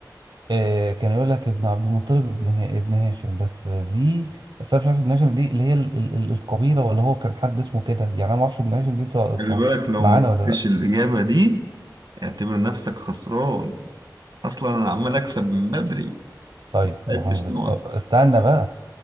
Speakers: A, on the right; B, on the right.
A: آه، كان يقول لك ابن عبد المطلب ابن ها- ابن هاشم بس آه، دي بس انا مش عارف ابن هاشم دي اللي هي ال ال ال القبيله ولا هو كان حد اسمه كده يعني انا ما اعرفش ابن هاشم دي طا-
B: خلي
A: طا-
B: بالك لو
A: معانا
B: ما
A: ولا
B: جبتش
A: لا
B: الإجابة دي اعتبر نفسك خسران أصلا أنا عمال أكسب من بدري ما
A: طيب محمد
B: عدتش
A: ابن
B: نقط
A: أه، استنى بقى